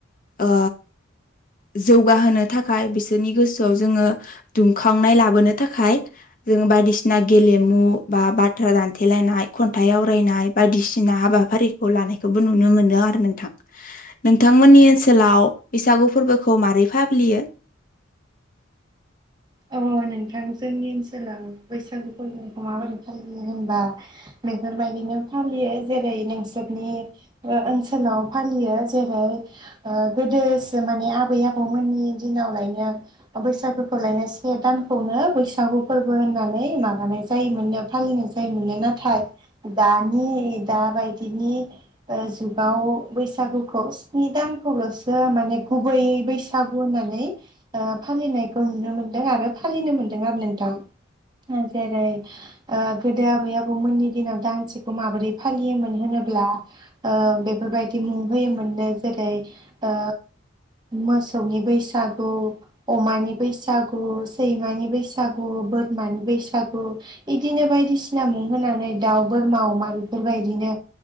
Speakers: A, on the left; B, on the right.
A: ओ जौगाहोनो थाखाय बिसोरनि गोसोआव जोङो दुंखांनाय लाबोनो थाखाय जों बायदिसिना गेलेमु बा बाथ्रा दानथेलायनाय खनथाइ आवरायनाय बायदिसिना हाबाफारिखौ लानायखौबो नुनो मोनो आरो नोंथां नोंथांमोननि ओनसोलाव बैसागु। फोरबोखौ माबोरै फालियो।
B: अ नोंथां जोंनि ओनसोलाव बैसागु फोरबोखौ माबोरै फालियो होनबा बेफोरबायदिनो फालियो जेरै नोंसोरनि ओनसोलाव फालियो जेरै गोदोसो माने आबै आबौमोननि दिनावलायनो बैसागुखौलायनो। से दानखौनो बैसागु फोरबो होननानै माबानाय जायोमोनो फालिनाय जायोमोनो नाथाय दानि दा बायदिनि जुगाव बैसागुखौ स्नि दानखौल'सो माने गुबैयै बैसागु होननानै फालिनायखौ नुनो मोनो। दे आरो फालिनो मोनदों आरो नोंथां जेरै ओ गोदो गोदो आबै आबौ मोननि दिनाव दांसेखौ माबोरै फालियोमोन होनोब्ला ओ बेफोरबादि मुं होयोमोननो जेरै ओ मोसौनि बैसागु अमानि बैसागु गु सैमानि बैसागु बोरमानि बैसागु बिदिनो बायदिसिना मुं होनानै दाउ बोरमा अमा बेफोरबायदिनो